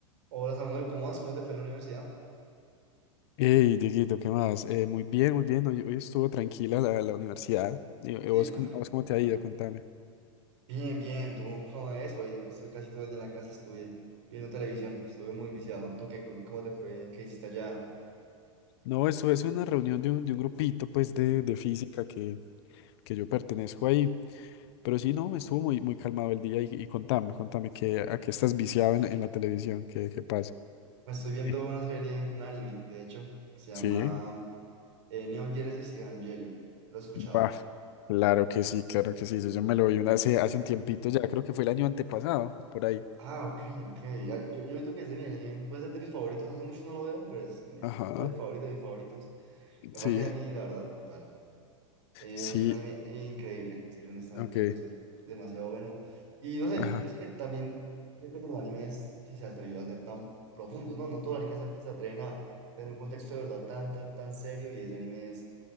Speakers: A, on the right; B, on the left.
A: Hola Samuel, ¿cómo vas? ¿Cómo te fue en la universidad?
B: Hey, Dieguito, ¿qué más? Eh, muy bien, muy bien. Hoy, hoy estuvo tranquila la, la universidad. ¿Y y
A: Sí,
B: vos,
A: ma,
B: cómo- a vos
A: qué
B: cómo
A: bueno.
B: te ha ido? Contame.
A: Bien, bien, ¿tú cómo es? Hoy, hoy estuve casi todo el día en la casa, estuve viendo televisión, estuve muy viciado. ¿Tú qué? ¿Cómo te fue? ¿Qué hiciste allá?
B: No, eso es una reunión de un, de un grupito, pues, de, de física que, que yo pertenezco ahí. Pero sí, no, estuvo muy, muy calmado el día. Y, y contame, contame, que, ¿a qué estás viciado en, la en la televisión? ¿Qué, qué pasa?
A: Me estoy viendo
B: <laughs>
A: una serie, un anime, de hecho, que se llama
B: Sí,
A: eh, Neon Genesis Evangelion. Lo has escuchado.
B: bah, claro que sí, claro que sí. Yo, yo me lo vi una, hace, hace un tiempito ya, creo que fue el año antepasado, por ahí.
A: Ah, ok, ok. Ah, Yo, yo creo que es de mi anime. Puede ser de mis favoritos. Hace mucho no lo veo, pero es mi, o
B: Ajá,
A: sea, el favorito de mis favoritos. Me
B: sí,
A: parece a mí, la verdad, brutal. Eh,
B: sí,
A: me parece un anime increíble, en serio, honestamente,
B: ok.
A: me parece demasiado bueno. Y no sé,
B: Ajá.
A: me parece que también, siento que los animes que se atrevió a ser tan profundos, no, no todos los animes se se atreven a tener un contexto de verdad tan, tan, tan serio y ese anime es